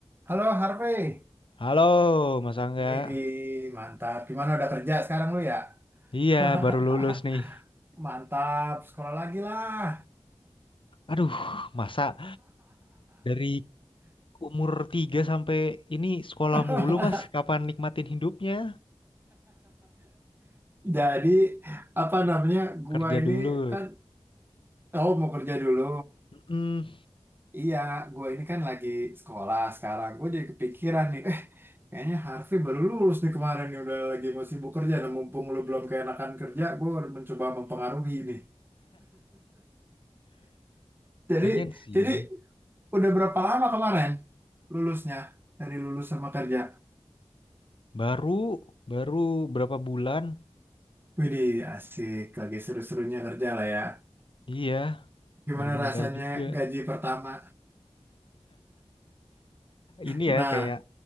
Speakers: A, on the right; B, on the left.
A: Halo Harvey,
B: Halo, Mas Angga.
A: Widih, mantap. Gimana udah kerja sekarang lu ya?
B: Iya,
A: <laughs>
B: baru lulus nih.
A: Mantap, sekolah lagi lah.
B: Aduh, masa dari umur 3 sampai ini sekolah
A: <laughs>
B: mulu, Mas. Kapan nikmatin hidupnya?
A: Jadi apa namanya? Gua
B: Kerja
A: ini
B: dulu.
A: kan oh mau kerja dulu.
B: Mm,
A: Iya, gua ini kan lagi sekolah sekarang. Gua jadi kepikiran nih, eh kayaknya Harvey baru lulus nih kemarin nih udah lagi mau sibuk kerja dan mumpung lu belum keenakan kerja, gua udah mencoba mempengaruhi nih. Jadi
B: pengen sih.
A: jadi Udah berapa lama kemarin lulusnya dari lulus sama kerja?
B: Baru, baru berapa bulan?
A: Widih, asik. Lagi seru-serunya kerja lah ya.
B: Iya,
A: Gimana
B: baru mulai
A: rasanya
B: juga.
A: gaji pertama?
B: Ini
A: Nah,
B: ya kayak